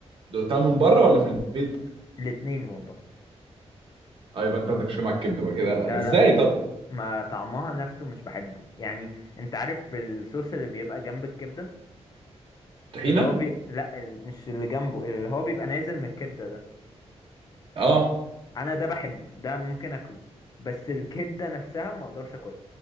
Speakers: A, on the right; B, on the left.
A: دقتها من بره ولا في البيت
B: الاتنين والله
A: اه يبقى انت عندك مشكله مع الكبده بقى كده
B: لا
A: ازاي
B: لا
A: طب
B: ما طعمها نفسه مش بحبه يعني انت عارف الصوص اللي بيبقى جنب الكبدة
A: طحينه
B: اللي هو بي... لا ال- مش اللي جنبه اللي هو بيبقى نازل من الكبدة ده
A: اه
B: انا ده بحبه ده ممكن اكله بس الكبدة نفسها ما اقدرش اكلها